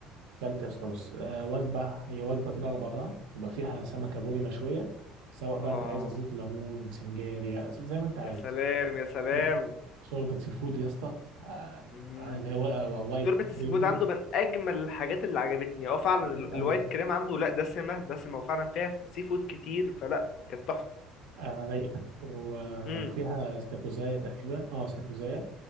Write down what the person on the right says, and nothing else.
كلت يا اسطى بص آه، وجبه هي وجبه كده على بعضها يبقى فيها سمكه بوري مشويه سواء بقى
انت عايز زيت الليمون سنجاريا زي ما انت
عايز
في شوربه سي فود يا اسطى آه،
اللي هي وا- آه، وايت
كريم
دي
جميل
قوي
آه، رايقه و- آه،
وفيها استاكوزايا تقريبا اه استاكوزايا